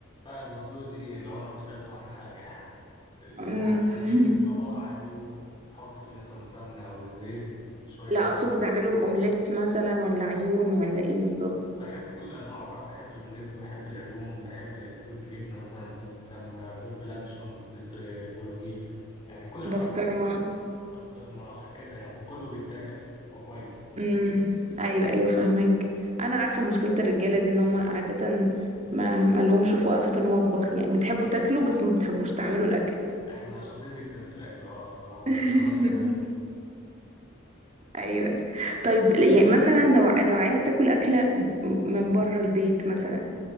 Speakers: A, on the left; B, on the right.
A: لله المسلوق دي لو أنا مش قادر أعمل حاجة <laughs>
B: مم.
A: يعني عادي بجيب
B: <laughs>
A: طبق عادي وأحط فيه مثلا سمنة أو الزيت شوية
B: لا
A: ملح
B: اقصد بتعمله اومليت مثلا ولا عيون ولا ايه بالظبط
A: بحب كل أنواعه بقى بحب الأومليت بحب العيون بحب البيض بجبنة مثلا بيض بسمنة بيض بلانشون بيض آه، بولو بيف يعني كل أنواع
B: بسطرمة
A: البيض بسطرمة كده يعني كله بيتاكل يعني هو كويس
B: امم ايوه ايوه فاهمك انا عارفه مشكله الرجاله دي ان هم عاده ما ما لهمش في وقفه المطبخ يعني بتحبوا تاكلوا بس ما بتحبوش تعملوا الاكل
A: احنا شاطرين جدا في الأكل اه الصراحة
B: <laughs>
A: بس ما نعرفش نعمله
B: ايوه طيب يعني مثلا لو لو عايز تاكل اكله من بره البيت مثلا